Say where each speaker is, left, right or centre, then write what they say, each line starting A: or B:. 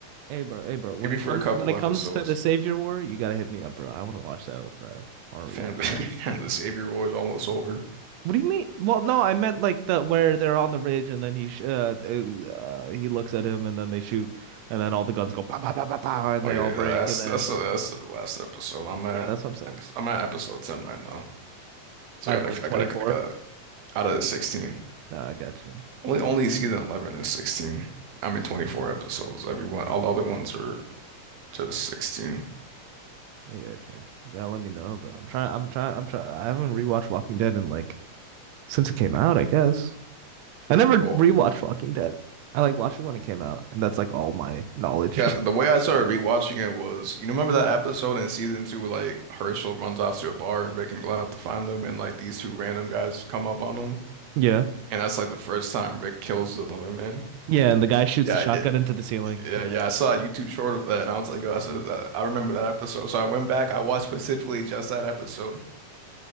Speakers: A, on the right; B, on the right.
A: Hey bro, hey bro. When
B: Maybe
A: it
B: for
A: comes
B: a couple
A: when it
B: episodes.
A: comes to the Savior War, you gotta hit me up, bro. I want to watch that, bro. I want
B: Phantom,
A: to rewatch
B: Phantom Savior <laughs> War is almost over.
A: What do you mean? Well, no, I meant like the where they're on the ridge and then he sh uh, uh he looks at him and then they shoot and then all the guns go pow pow pow pow pow and
B: Oh
A: they
B: yeah,
A: all break
B: yeah, that's
A: and then
B: that's the, that's the last episode. I'm at
A: yeah, that's what I'm saying.
B: epi- I'm at episode ten right now. So
A: Out
B: I
A: of
B: gotta
A: like 24.
B: I gotta I gotta out of the sixteen.
A: No, I got you.
B: Only only season eleven is sixteen. I mean twenty four episodes. Everyone all the other ones are just sixteen.
A: I got you. You gotta let me know, bro. I'm trying. I'm trying. I'm trying. I haven't rewatched Walking Dead in like since it came out, I guess. I never
B: Well,
A: rewatched Walking Dead. I like watched it when it came out, and that's like all my knowledge.
B: yeah. The,
A: <laughs>
B: the way I started rewatching it was you remember that episode in season two where like Herschel runs off to a bar and Rick and Glenn have to find them and like these two random guys come up on them
A: Yeah.
B: and that's like the first time Rick kills another man.
A: Yeah, and the guy shoots
B: Yeah,
A: the shotgun
B: yeah.
A: into the ceiling.
B: Yeah,
A: Yeah.
B: yeah, I saw a YouTube short of that, and I was like, "Yo, I that's I I remember that episode." So I went back, I watched specifically just that episode,